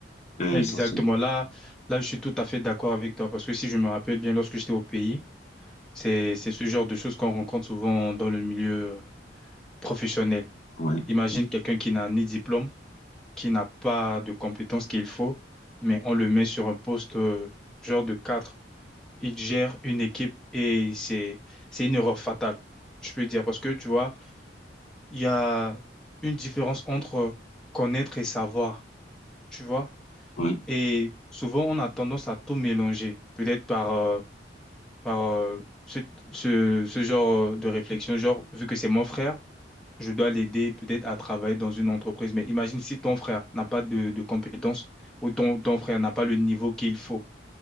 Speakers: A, on the left (about 40°); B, in the centre.
A: Euh,
B: Exactement.
A: ça, c'est...
B: Là, là, je suis tout à fait d'accord avec toi parce que si je me rappelle bien, lorsque j'étais au pays, c'est, c'est ce genre de choses qu'on rencontre souvent dans le milieu euh, professionnel.
A: Ouais,
B: Imagine quelqu'un qui n'a ni diplôme, qui n'a pas de compétences qu'il faut, mais on le met sur un poste euh, genre de cadre. Il gère une équipe et c'est, c'est une erreur fatale, je peux dire, parce que tu vois, il y a une différence entre connaître et savoir. tu vois.
A: ouais.
B: Et souvent, on a tendance à tout mélanger, peut-être par, euh, par euh, ce, ce, ce genre euh, de réflexion, genre, vu que c'est mon frère, je dois l'aider peut-être à travailler dans une entreprise. Mais imagine si ton frère n'a pas de, de compétences ou ton, ton frère n'a pas le niveau qu'il faut.